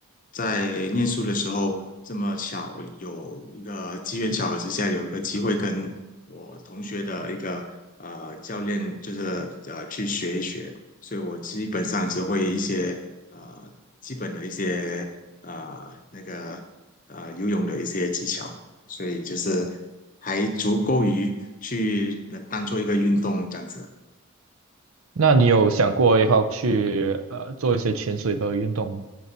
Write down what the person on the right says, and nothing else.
那你有想过以后去呃做一些潜水的运动吗？